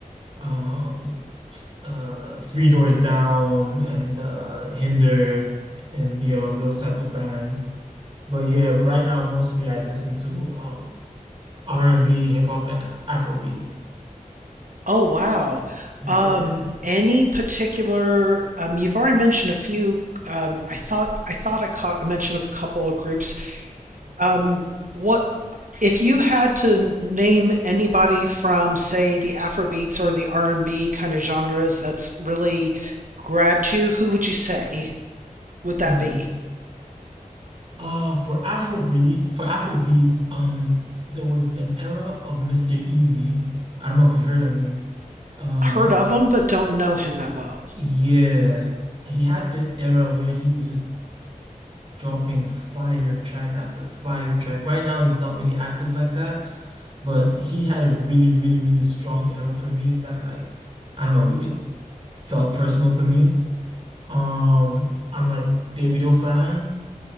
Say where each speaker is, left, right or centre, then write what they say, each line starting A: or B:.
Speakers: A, on the right; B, on the right.
A: um, uh, Three Doors Down and uh, Hinder and you know those type of bands. But yeah, right now mostly I listen to um, R&B, hip hop, and Afro beats.
B: Oh wow.
A: Yeah.
B: Um, any particular um, you've already mentioned a few um, I thought I thought I caught a mention of a couple of groups. Um, what if you had to n- name anybody from say the Afrobeats or the R&B kind of genres that's really grabbed you, who would you say would that
A: Mhm.
B: be?
A: Uh, for Afrobeat, for Afrobeats, um, there was an era of Mr. Easy. I don't know if you've heard of him. Uh,
B: Heard of him, but don't know him that well.
A: yeah, he had this era where he was just dropping fire track after fire track. Right now, he's not really active like that, but he had a really, really, really strong era for me that, like, I don't know, it felt personal to me. Um, I'm a Davido fan.